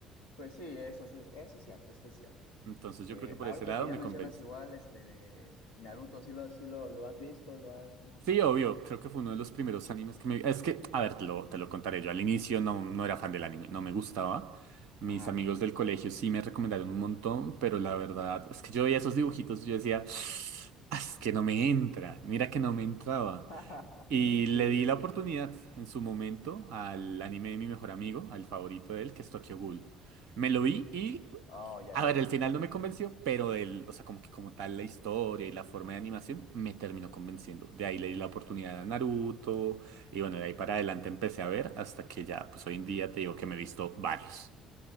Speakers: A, on the left; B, on the right.
A: Pues sí, eso sí, es- eso es cierto, eso es cierto.
B: Entonces
A: Sí,
B: yo creo que por
A: ahorita
B: ese lado
A: que ya
B: me
A: mencionas
B: convence.
A: igual, este, de Naruto, sí lo, sí lo, lo has visto, lo has, no.
B: Sí, obvio, creo que fue uno de los primeros animes que me... Es que, a ver, te lo, te lo contaré. Yo al inicio no, no era fan del anime, no me gustaba. Mis
A: Ajá.
B: amigos del colegio sí me recomendaron un montón, pero la verdad es que yo veía esos dibujitos y yo decía, "Ah, es que no me entra, mira que no me entraba.
A: <laughs>
B: Y
A: Sí,
B: le di
A: sí,
B: la
A: sí,
B: oportunidad
A: sí.
B: en su momento al anime de mi mejor amigo, al favorito de él, que es Tokyo Ghoul. Me lo vi y
A: Oh, ya,
B: A
A: ya,
B: ver, el final no me convenció, pero el, o sea, como que como tal la historia y la forma de animación me terminó convenciendo. De ahí le di la oportunidad a Naruto y bueno, de ahí para adelante empecé a ver hasta que ya, pues hoy en día te digo que me he visto varios.